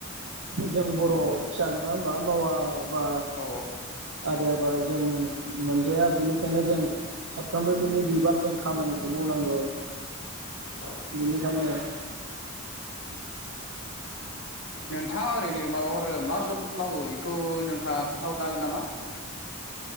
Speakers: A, on the right (about 80°); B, on the left (about 65°).
A: जों बर' फिसा नङा होमबा मावा बा
B: औ
A: आदाया बा जों मोनजाया बिनिखायनो जों साफ्रोमबो बिनि बिबान जों खामानिखौ मावनांगौ <inaudible>
B: औ
A: बिनिखायनो
B: नोंथाङा ओरैनो माबाफोरो मा जब मावो एखौ नोंथाङा खोन्थाहरनो हागोन नामा?